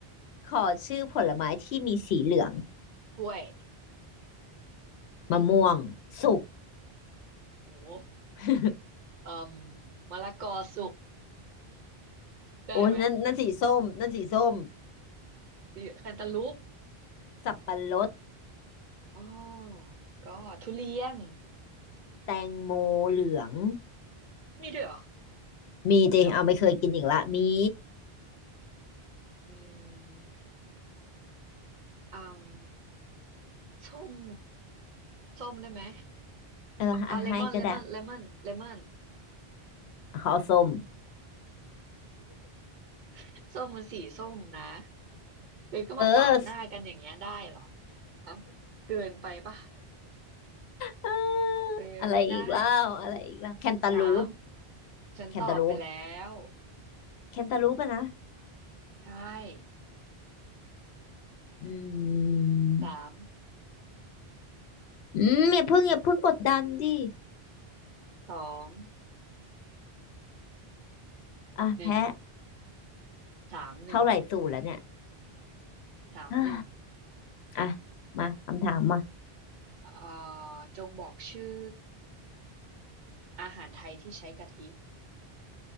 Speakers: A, on the left (about 85°); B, on the right (about 55°).
A: ขอชื่อผลไม้ที่มีสีเหลือง
B: กล้วย
A: มะม่วงสุก
B: โอ้โห
A: <laughs>
B: เอ่มมะละกอสุกได้ไหม
A: โอ้ยนั่นนั่นสีส้มนั่นสีส้ม
B: ดิแคนตาลูป
A: สับปะรด
B: อ๋อก็ทุเรียน
A: แตงโมเหลือง
B: มีด้วยเหรอ
A: มีจริงเอาไม่เคยกินอีกละมี
B: มีเหรออืมอืมส้มส้มได้ไหม
A: เอออ่ะให้ก็ได้
B: อ่าเลมอนเลมอนเลมอนเลมอน
A: ขอเอาส้ม
B: <laughs> ส้มมันสีส้มนะเธอก็มาปาดหน้ากันอย่างเงี้ยได้เหรอ
A: เออ
B: คะเกินไปปะ
A: เออ
B: เออไม่ได้
A: อะไรอีกแล้วอะไรอีกแล้วแคนตาลูป
B: สามฉันตอบไปแล้ว
A: แคนตาลูปแคนตาลูปอะนะ
B: ใช่
A: อืม
B: สาม
A: อืมอย่าเพิ่งอย่าเพิ่งกดดันดิ
B: สอง
A: อ่ะแพ้
B: หนึ่งสามหนึ่ง
A: เท่าไหร่สูตรแล้วเนี่ย
B: สามหนึ่ง
A: อ่าอ่ะมาคำถามมา
B: เอ่อจงบอกชื่ออาหารไทยที่ใช้กะทิ